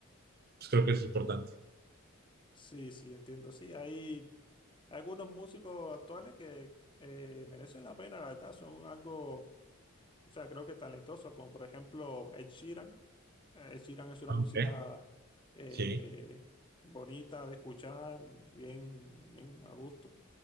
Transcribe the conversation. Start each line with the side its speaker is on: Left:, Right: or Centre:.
Right: pues creo que es importante.
Left: Sí, sí, entiendo. Sí, hay algunos músicos actuales que eh, merecen la pena, la verdad, son algo, o sea, creo que talentosos, como por ejemplo Ed Sheeran. Eh, Ed Sheeran es una
Right: Ok,
Left: música eh,
Right: sí,
Left: bonita de escuchar, bien, bien a gusto.